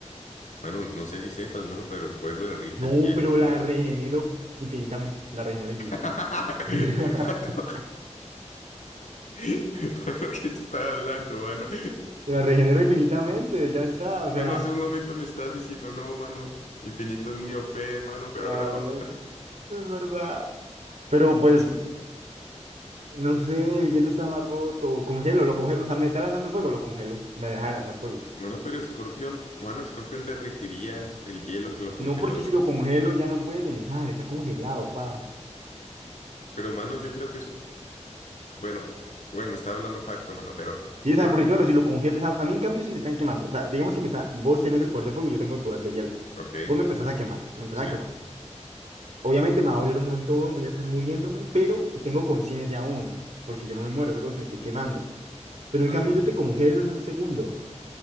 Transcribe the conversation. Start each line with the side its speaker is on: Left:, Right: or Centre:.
Left: Mano, no sé si sepas, mano, pero el fuego derrita
Right: No,
Left: el hielo,
Right: pero
Left: mano.
Right: la regenero infinitamente. La regenero infinitamente.
Left: <laughs>
Right: <laughs>
Left: Mano, <laughs> mano, ¿qué estás hablando, mano?
Right: La regenero infinitamente, ya está. O
Left: Mano,
Right: sea,
Left: hace un momento me estabas diciendo, no, mano, Infinito es muy OP, mano, pero
Right: ah,
Left: ahora...
Right: bueno,
Left: oh".
Right: es verdad. Pero pues, no sé, el hielo está más roto. Congelo, lo congelo. O sea, me está lanzando fuego, lo congelo. Me deja de lanzar fuego.
Left: Mano, pero Scorpion, mano, Scorpion derritiría el hielo que lo congeló.
Right: No porque si lo congelo ya no puede pensar, está congelado, pa.
Left: Pero, mano, yo creo que su... Bueno, bueno, estaba hablando facto, mano, pero...
Right: Sí, o sea,
Left: Pero...
Right: porque claro, si lo congelo, o sea, a mí en cambio si me están quemando, o sea, digamos que me está, vos tenés el poder de fuego y yo tengo el poder de hielo.
Left: Ok,
Right: Vos me empezás a quemar, me empezás
Left: sí.
Right: a quemar. Obviamente
Left: ujú,
Right: me va a doler un montón, voy a estar muriéndome, pero tengo conciencia aún, porque yo no me muero, solo me estoy quemando. Pero
Left: ajá.
Right: en cambio yo te congelo en un segundo,